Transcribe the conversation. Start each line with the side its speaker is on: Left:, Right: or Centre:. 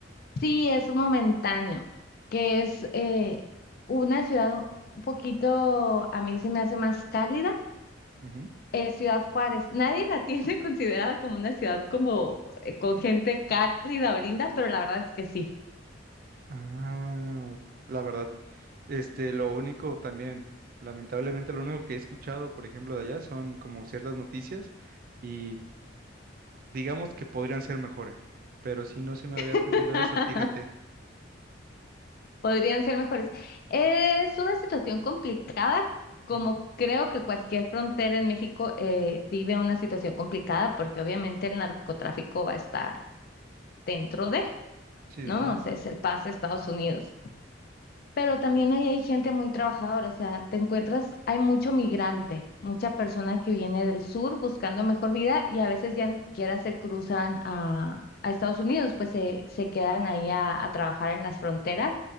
Left: sí, es momentáneo, que es eh, una ciudad un poquito, a mí se me hace más cálida,
Right: Ujú.
Left: eh, Ciudad Juárez. Nadie la tiene <laughs> considerada como una ciudad como eh, con gente cálida o linda, pero la verdad es que sí.
Right: Ah, la verdad, este, lo único también, lamentablemente lo único que he escuchado, por ejemplo, de allá son como ciertas noticias y digamos que podrían ser mejores, pero si no se me había ocurrido
Left: <laughs>
Right: eso, fíjate.
Left: Podrían ser mejores. Es una situación complicada, como
Right: Ujú.
Left: creo que cualquier frontera en México eh, vive una situación complicada, porque obviamente el narcotráfico va a estar dentro de,
Right: Sí,
Left: ¿no?
Right: sí, sí.
Left: O sea, es el pase a Estados Unidos. Pero también ahí hay gente muy trabajadora, o sea, te encuentras, hay mucho migrante, mucha persona que viene del sur buscando mejor vida y a veces ya ni siquiera se cruzan a, a Estados Unidos, pues se, se quedan ahí a a trabajar en las fronteras